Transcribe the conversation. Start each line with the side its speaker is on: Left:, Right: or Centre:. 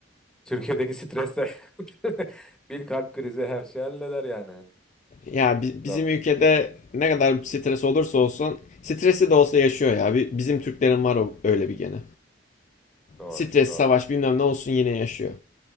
Centre: Türkiye'deki stresle <laughs> bir kalp krizi her şey halleder yani. hani.
Left: Ya bi- bizim
Centre: Doğru,
Left: ülkede ne kadar stres olursa olsun stresi de olsa yaşıyor ya. Bi- Bizim Türklerin var o öyle bir gene.
Centre: doğru,
Left: Stres,
Centre: doğru
Left: savaş
Centre: bak.
Left: bilmem ne olsun yine yaşıyor.